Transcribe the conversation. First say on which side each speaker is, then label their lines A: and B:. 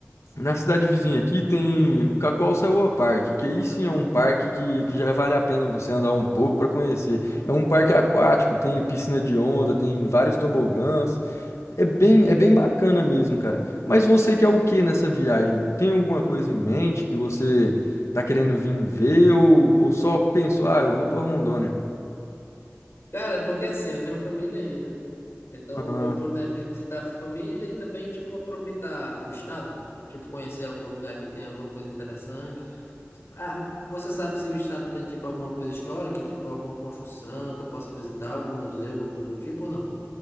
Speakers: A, on the left; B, on the left.
A: Na cidade vizinha aqui tem o Cacoalçaúa Park, que aí sim é um parque que, que já vale a pena você andar um pouco para conhecer. É um parque aquático, tem piscina de onda, tem vários tobogãs. É bem, é bem bacana mesmo, cara. Mas você quer o que nessa viagem? Tem alguma coisa em mente que você tá querendo vir ver ou, ou só pensou, ah, eu vou pra Rondônia?
B: Cara, é porque assim, eu tenho família aí, né? Então,
A: Aham.
B: meu plano é visitar a família e também, tipo, aproveitar o estado. Tipo, conhecer algum lugar que tem alguma coisa interessante. Ah, você sabe se o estado tem, tipo, alguma coisa histórica, tipo, alguma construção que eu possa visitar, algum museu, alguma coisa do tipo ou não?